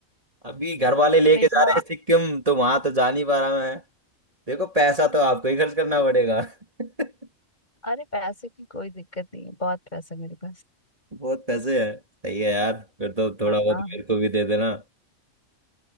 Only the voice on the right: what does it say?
अभी घर वाले लेके
जा रहे हैं सिक्किम तो वहां तो जा नहीं पा रहा मैं देखो पैसा तो आपको ही खर्च करना पड़ेगा <laughs>
बहुत पैसे हैं सही है यार फिर तो थोड़ा
बहुत
मेरे को भी दे देना